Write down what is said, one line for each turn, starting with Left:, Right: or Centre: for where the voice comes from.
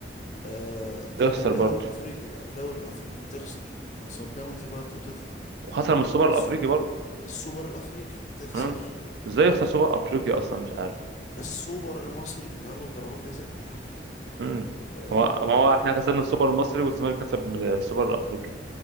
Left: آه، الت-
Right: تخسر
Left: الدوري
Right: برضه
Left: الأفريقي بقى الدوري الأفريقي تخسر من صن داونز برضه وتطلع
Right: وخسر من السوبر
Left: السو-
Right: الافريقي برضه
Left: السوبر الأفريقي تخسر
Right: امم ازاي يخسر سوبر افريقي اصلا مش عارف
Left: السوبر المصري انت واخده بضربات جزاء بالعافية
Right: امم
Left: آه...
Right: هو ما هو احنا كسبنا السوبر المصري والزمالك كسب من السوبر الافريقي